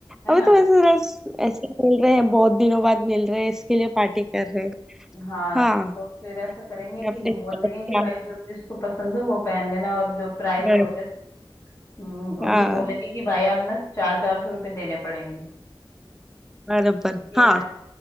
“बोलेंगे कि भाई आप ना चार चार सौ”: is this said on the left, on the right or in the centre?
Left